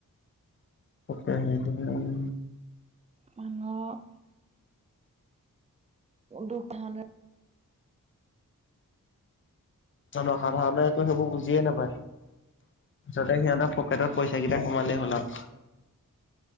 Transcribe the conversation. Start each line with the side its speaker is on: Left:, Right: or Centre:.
Left: ফটকৰে নিদোং
Right: মানুহক দুখ ধাৰণা
Left: সাধাৰণতে সেইবোৰ বুজিয়ে নাপায় যাতে সিহঁতৰ পকেটত পইচা কেইটা। কমালেই হ'ল আৰু